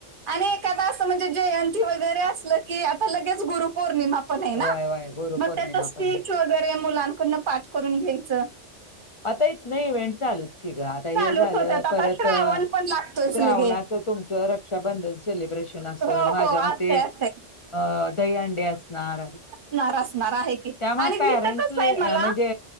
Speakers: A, on the right; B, on the left.
A: आणि एखादा असं म्हणजे जयंती वगैरे असलं की आता लगेच गुरुपौर्णिमा पण ना
B: व्हय
A: आहे
B: व्हय गुरुपौर्णिमा
A: म त्याचा स्टीच
B: पण
A: वगैरे मुलांकडून पाठ करून घ्यायचं.
B: आता इथनं ही इव्हेंट चालूच की गं आ आता
A: चालूच
B: हे झालं
A: होत्यात आता
B: परत
A: श्रावण पण लागतोयच
B: श्रावणाचं
A: लगे
B: तुमचा रक्षाबंधन सेलिब्रेशन असेल
A: हो
B: माझ्या
A: हो असतय
B: मते अ
A: असतय
B: दही अंडे असणार.
A: नार असणार आहे. की
B: त्यामुळे
A: आणि
B: पॅरेंट्स
A: इथं कसं
B: लई
A: आहे मला
B: म्हणजे